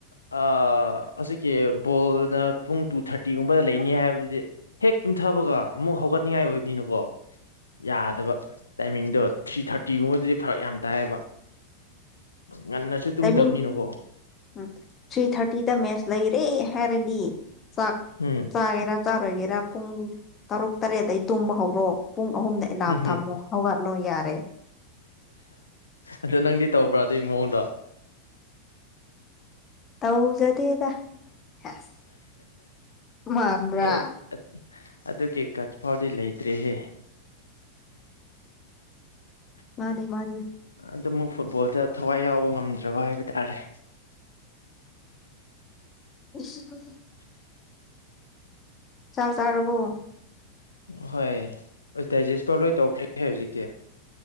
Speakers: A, on the left; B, on the left.
A: ꯑ ꯍꯧꯖꯤꯛꯀꯤ ꯕꯣꯜꯅ ꯄꯨꯡ ꯇꯨ ꯊꯥꯔꯇꯤꯒꯨꯝꯕꯗ ꯂꯩꯅꯤ ꯍꯥꯏꯕꯗꯨꯗꯤ ꯍꯦꯛ ꯇꯨꯝꯊꯥꯕꯒ ꯑꯃꯨꯛ ꯍꯧꯒꯠꯅꯤꯡꯉꯥꯏ ꯑꯣꯏꯕꯅꯤꯅ ꯀꯣ ꯌꯥꯗꯕ ꯇꯥꯏꯃꯤꯡꯗꯣ ꯊ꯭ꯔꯤ ꯊꯥꯔꯇꯤꯒꯨꯝꯕꯗꯗꯤ ꯐꯥꯔꯛ ꯌꯥꯝ ꯇꯥꯏꯌꯦꯕ ꯉꯟꯅꯁꯨ ꯑꯗꯣ ꯇꯨꯝꯗꯥꯕꯅꯤꯅ
B: ꯇꯥꯏꯃꯤꯡ
A: ꯀꯣ
B: ꯎꯝ ꯊ꯭ꯔꯤ ꯊꯥꯔꯇꯤꯗ ꯃꯦꯠꯁ ꯂꯩꯔꯦ ꯍꯥꯏꯔꯗꯤ ꯆꯥꯛ
A: ꯎꯝ
B: ꯆꯥꯒꯦꯔꯥ ꯆꯥꯔꯣꯏꯒꯦꯔꯥ ꯄꯨꯡ ꯇꯔꯨꯛ ꯇꯔꯦꯠꯇꯩ ꯇꯨꯝꯕ ꯍꯧꯔꯣ ꯄꯨꯡ ꯑꯍꯨꯝꯗ ꯑꯦꯂꯥꯝ
A: ꯎꯝ
B: ꯊꯝꯃꯣ ꯍꯧꯒꯠꯂꯣ ꯌꯥꯔꯦ
A: ꯑꯗꯣ ꯅꯪꯗꯤ ꯇꯧꯕ꯭ꯔꯣ ꯑꯗꯨꯏ ꯃꯑꯣꯡꯗꯣ
B: ꯇꯧꯖꯗꯦꯗ ꯍꯦꯁ ꯃꯥꯟꯕ꯭ꯔꯥ
A: ꯑ ꯑꯗꯨꯒꯤ ꯒꯠ ꯐꯥꯎꯗꯤ ꯂꯩꯇ꯭ꯔꯦꯍꯦ
B: ꯃꯥꯅꯦ ꯃꯥꯅꯦ
A: ꯑꯗꯨ ꯑꯃꯨꯛ ꯐꯨꯠꯕꯣꯜꯗ ꯊꯋꯥꯏ ꯌꯥꯎꯕ ꯉꯝꯗ꯭ꯔꯕ ꯍꯥꯏꯕ ꯇꯥꯔꯦ
B: ꯏꯁ <unintelligible> ꯆꯥꯛ ꯆꯥꯔꯕꯣ
A: ꯍꯣꯏ ꯑꯁ ꯗꯥꯏꯖꯦꯁꯄꯣꯔ ꯂꯣꯏ ꯇꯧꯈ꯭ꯔꯦ ꯍꯧꯖꯤꯛꯇꯤ